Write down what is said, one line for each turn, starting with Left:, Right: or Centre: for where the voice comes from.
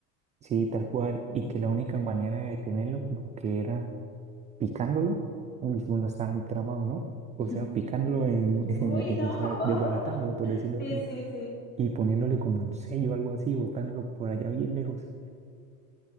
Right: sí, tal cual,
Left: Ujú.
Right: y que la única manera de detenerlo como que era picándolo. Uy, uno estaba muy tramado, ¿no? O
Left: <laughs>
Right: sea, picándolo,
Left: Sí, sí.
Right: en,
Left: Uy,
Right: <laughs>
Left: no.
Right: o sea,
Left: <laughs>
Right: desbaratándolo, por decirlo
Left: Sí,
Right: así,
Left: sí, sí.
Right: y poniéndole como un sello o algo así, botándolo por allá bien lejos.